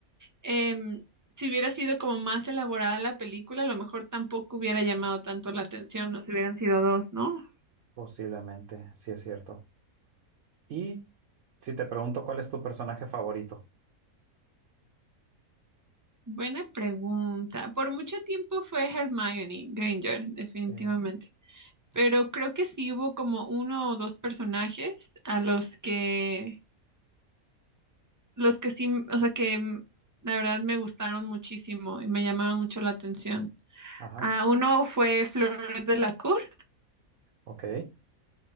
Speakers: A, on the right; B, on the right.
A: em, si hubiera sido como más elaborada la película, a lo mejor tampoco hubiera llamado tanto la atención, o si hubieran sido dos, ¿no?
B: Posiblemente, sí es cierto. Y si te pregunto cuál es tu personaje favorito.
A: Buena pregunta. Por mucho tiempo fue Hermione Granger, definitivamente.
B: Sí.
A: Pero creo que sí hubo como uno o dos personajes a los que, los que sí, o sea, que mm, la verdad me gustaron muchísimo y me llamaban mucho la atención.
B: Ajá.
A: Ah, uno fue Flor de la Cour,
B: Ok.